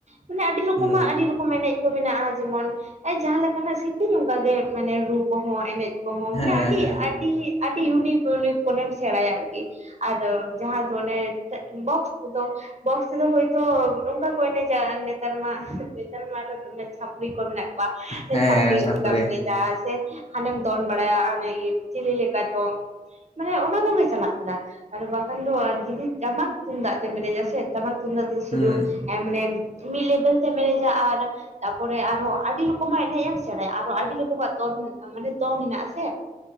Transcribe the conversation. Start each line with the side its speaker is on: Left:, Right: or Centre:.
Right: ᱢᱟᱱᱮ ᱟᱹᱰᱤ ᱨᱚᱠᱚᱢᱟᱜ
Left: ᱦᱩᱸ
Right: ᱟᱹᱰᱤ ᱨᱚᱠᱚᱢ ᱮᱱᱮᱡ ᱠᱚ ᱢᱮᱱᱟᱜᱼᱟ ᱡᱮᱢᱚᱱ ᱡᱟᱦᱟᱸ ᱞᱮᱠᱟᱱᱟᱜ ᱥᱤᱨᱤᱧ ᱚᱱᱠᱟᱜᱮ ᱢᱮᱱᱮ ᱨᱩ ᱠᱚᱦᱚᱸ ᱮᱱᱮᱡ ᱠᱚᱦᱚᱸ
Left: ᱦᱮᱸ
Right: ᱢᱟᱱᱮ ᱟᱹᱰᱤ
Left: ᱦᱮᱸ
Right: ᱟᱹᱰᱤ ᱟᱹᱰᱤ ᱤᱭᱩᱱᱤᱠ ᱤᱭᱩᱱᱤᱠ ᱠᱚᱱᱮᱢ ᱥᱮᱸᱲᱟᱭᱟ ᱟᱨᱠᱤ ᱟᱫᱚ ᱡᱟᱦᱟᱸ ᱫᱚ ᱚᱱᱮ ᱪᱮᱫ ᱵᱚᱠᱥ ᱛᱮᱫᱚ ᱵᱚᱠᱥ ᱛᱮᱫᱚ ᱦᱳᱭᱛᱚ ᱱᱚᱝᱠᱟ ᱠᱚ ᱮᱱᱮᱡᱟ ᱱᱮᱛᱟᱨ ᱢᱟ ᱱᱮᱛᱟᱨ ᱢᱟ ᱟᱨᱚ ᱫᱚᱢᱮ ᱪᱷᱟᱯᱨᱤ ᱠᱚ ᱢᱮᱱᱟᱜ ᱠᱚᱣᱟ ᱵᱟ
Left: ᱦᱮᱸ
Right: ᱪᱷᱟᱯᱲᱤ
Left: ᱛᱟᱯᱚᱨᱮ
Right: ᱞᱮᱠᱟᱢ ᱮᱱᱮᱡᱟ ᱥᱮ ᱦᱟᱱᱮᱢ ᱫᱚᱱ ᱵᱟᱲᱟᱭᱟ ᱟᱨ ᱚᱱᱮ ᱤᱭᱟ. ᱪᱤᱞᱤ ᱞᱮᱠᱟ ᱪᱚ ᱢᱟᱱᱮ ᱚᱱᱟ ᱠᱚᱜᱮ ᱪᱟᱞᱟᱜ ᱠᱟᱱᱟ ᱟᱨ ᱵᱟᱠᱷᱟᱱ ᱫᱚ ᱡᱩᱫᱤ ᱴᱟᱢᱟᱠ ᱛᱩᱢᱫᱟᱜ ᱛᱮᱢ ᱮᱱᱮᱡᱟ ᱥᱮ ᱴᱟᱢᱟᱠ ᱛᱩᱢᱫᱟᱜ ᱫᱚ ᱥᱩᱫᱩ
Left: ᱦᱩᱸ
Right: ᱮ ᱢᱟᱱᱮ ᱢᱤᱫ ᱞᱮᱵᱮᱞ ᱛᱮᱢ ᱮᱱᱮᱡᱟ ᱟᱨ ᱛᱟᱯᱚᱨᱮ ᱟᱨᱦᱚ ᱟᱹᱰᱤ ᱨᱚᱠᱚᱢᱟᱜ ᱮᱱᱮᱡ ᱮᱢ ᱥᱮᱸᱲᱟᱭᱟ ᱟᱨᱦᱚ ᱟᱹᱰᱤ ᱨᱚᱠᱚᱢᱟᱜ ᱫᱚᱱ ᱢᱟᱱᱮ ᱫᱚᱢ ᱢᱮᱱᱟᱜ ᱟᱥᱮ